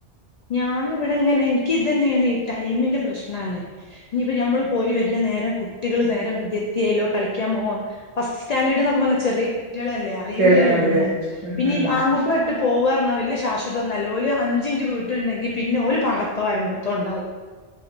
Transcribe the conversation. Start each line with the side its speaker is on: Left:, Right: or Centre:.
Left: ഞാന് ഇവിടെ ഇങ്ങനെ എനിക്ക് ഇതന്നെയാണ് ടൈമിന്റെ പ്രശ്നാണ് ഇനിപ്പോ നമ്മള് പോയി വരുന്ന നേരം കുട്ടികൾ നേരം വയ്ക്കിയെത്തിയാലോ കളിക്ക മോ ഫസ്റ്റ് സ്റ്റാൻഡേർഡ്ക്കെ പർഞ്ഞ ചെറിയ കുട്ടിയേളല്ലേ അറിയൂലല്ലോ
Right: ചെ അതെ
Left: ഒന്നും
Right: ഉം
Left: പിന്നെ
Right: ഉം
Left: ഈ ആൺകുട്ട്യെള് ട്ട് പോവാ പർഞ്ഞ വല്ല്യ ശാശുദ്ധന്നല്ല ഓല് അഞ്ചിൻ റ്റ് വീ ട്ട്ണ്ടെങ്കി പിന്നെ ഓല് പാടത്തോ വരമ്പത്തോ ഉണ്ടാവും.